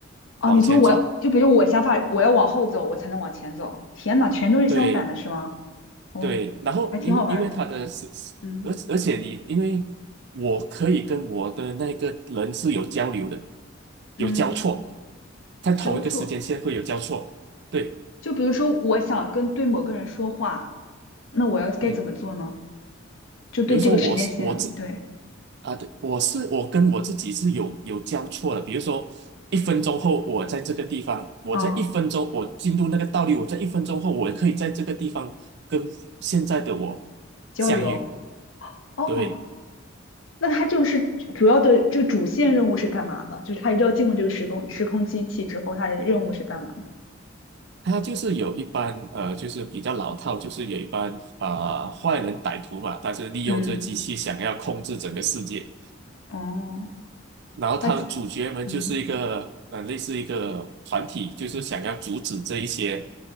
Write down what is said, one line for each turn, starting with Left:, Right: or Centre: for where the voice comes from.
Left: 哦，
Right: 往前走。
Left: 你说我就比如我想法，我要往后走，我才能往前走。天呐，全都是相反的，
Right: 对，
Left: 是吗？哦，
Right: 对，然后因为因为他的是，
Left: 还挺好玩儿的。嗯
Right: 而而且你因为我可以跟我的那个人是有交流的，
Left: 嗯，
Right: 有交错，在同一个时间线会有交错。
Left: 交错。
Right: 对，
Left: 就比如说，我想跟对某个人说话，那我要该怎么做呢？
Right: 嗯，
Left: 就对这个时间线，
Right: 比如说我是我自
Left: 对，
Right: 啊，对，我是我跟我自己是有有交错的。比如说一分钟后我在这个地方，我在一分钟我进入那个道理，
Left: 嗯，
Right: 我在一分钟后我可以在这个地方跟现在的我相遇。
Left: 交流。哦，
Right: 对。
Left: 那他就是主要的这个主线任务是干嘛的？就是他一定要进入这个时空时空机器之后，他的任务是干嘛的
Right: 他就是有一般呃，就是比较老套，就是有一般啊、呃坏人歹徒嘛，他就利用这机器想要控制整个世界，
Left: 嗯，哦，
Right: 然后他们主角们就是一个呃类似一个团体，
Left: 他，嗯。
Right: 就是想要阻止这一些